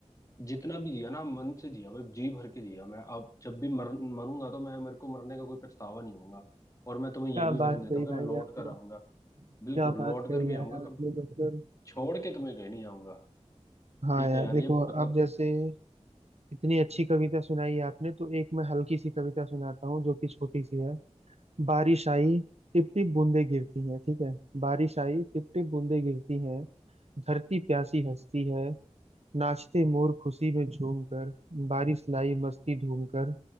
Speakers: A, on the left; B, on the right.
A: जितना भी जिया ना मन से जिया भाई जी भर के जिया मैं अब जब भी मर, मरूंगा तो मैं मेरे को मरने का कोई पछतावा नहीं होगा और मैं तुम्हें
B: क्या
A: ये भी वचन
B: बात
A: देता
B: कही
A: हूँ कि
B: भाई
A: मैं लौट
B: आपने
A: कर आऊंगा बिल्कुल
B: क्या बात
A: लौट
B: कही
A: कर भी
B: यार
A: आऊंगा
B: आपने
A: कब
B: मतलब
A: छोड़ के तुम्हें कहीं नहीं जाऊंगा
B: हाँ
A: ठीक
B: यार
A: है यार
B: देखो
A: ये मतलब
B: अब जैसे इतनी अच्छी कविता सुनाई आपने तो एक मैं हल्की सी कविता सुनाता हूँ जो कि छोटी सी है बारिश आई टिप टिप बूंदे गिरती हैं ठीक है बारिश आई टिप टिप बूंदे गिरती हैं धरती प्यासी हंसती है नाचते मोर खुशी में झूम कर बारिश लाई मस्ती धूम कर